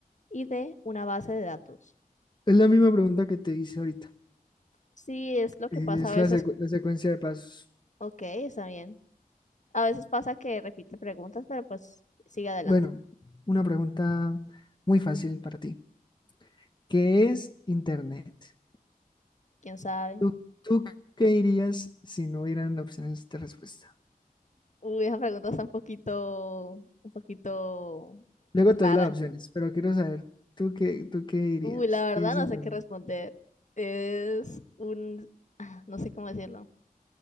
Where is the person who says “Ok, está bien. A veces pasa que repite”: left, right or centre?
Left